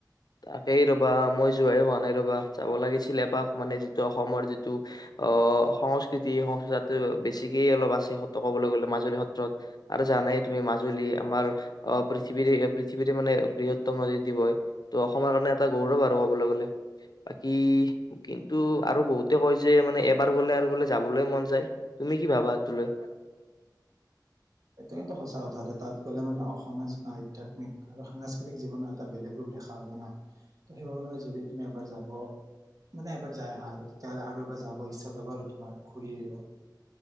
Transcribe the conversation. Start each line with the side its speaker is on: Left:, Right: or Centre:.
Left: তাকেই ৰ'বা মই যোৱাই হোৱা নাই ৰ'বা যাব লাগিছিল। এপাক মানে যিটো অসমৰ যিটো আহ সংস্কৃতি তাতেই বেছিকেই অলপ আছে সত্ৰ কবলৈ গলে মাজুলী সত্ৰত আৰু জানাই তুমি মাজুলী আমাৰ অ' পৃথিৱীৰে পৃথিৱীৰে মানে বৃহত্তম নদী ঢিপ হয়। অসমৰ কাৰণে এটা গৌৰৱ আৰু কবলৈ গলে, বাকী কিন্তু আৰু বহুতে কয় যে, মানে এবাৰ বোলে আৰু বোলে যাবলৈ মন যায়। তুমি কি ভাবা সেইটোক লৈ?
Right: এইটো কিন্তু সঁচা কথ, তাত গ'লে মানে অসমীয়া যি আধ্যয়াত্মিক আৰু সাংস্কৃতিক জীৱনৰ এটা বেলেগ ৰূপ দেখা পাবা নহ। সেইবাবে যদি তুমি এবাৰ যাব, মানে এবাৰ যাই আহা, আৰু তেতিয়াহলে আৰু এবাৰ যাব ইচ্ছা যাব আৰু তোমাৰ ঘুৰি আহিব।